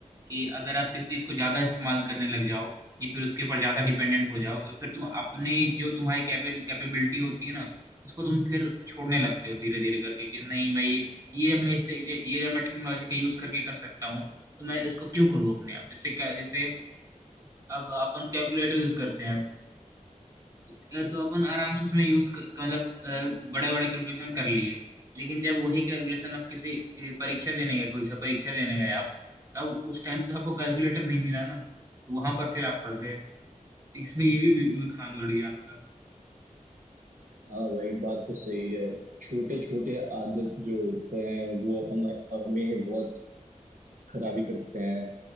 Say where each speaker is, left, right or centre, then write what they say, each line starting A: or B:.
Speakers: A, on the right (about 25°); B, on the right (about 75°).
A: कि अगर आप किसी चीज़ को ज़्यादा इस्तेमाल करने लग जाओ या फिर उसके ऊपर ज़्यादा डिपेंडेंट हो जाओ तो फिर तुम अपने जो तुम्हारी कैपेबिल कैपेबिलिटी होती है ना उसको तुम फिर छोड़ने लगते हो धीरे धीरे करके कि नहीं मैं ये ये मैं इससे ये ये जब मैं टेक्नोलॉजी का यूज़ करके कर सकता हूँ तो मैं इसको क्यों करूँ अपने आप जैसे क्या जैसे अब अपन कैलकुलेटर यूज़ करते हैं तो अपन आराम से उसमें यूज मतलब बड़े बड़े कैलकुलेशन कर लिए लेकिन जब वही कैलकुलेशन आप किसी अ, परीक्षा देने गए कोई सा परीक्षा देने गए आप तब उस टाइम तो आपको कैलकुलेटर नहीं मिला ना तो वहां पर फिर आप फंस गए तो इसमें ये भी भी नुकसान बढ़ गया आपका
B: हाँ भाई बात तो सही है छोटे छोटे आदत जो होते हैं वो हम हमें बहुत खराबी करते हैं